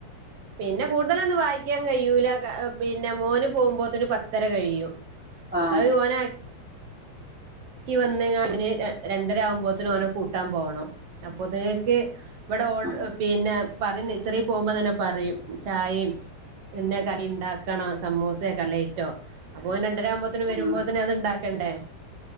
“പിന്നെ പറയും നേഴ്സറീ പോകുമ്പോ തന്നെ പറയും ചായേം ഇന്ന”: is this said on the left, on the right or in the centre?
Right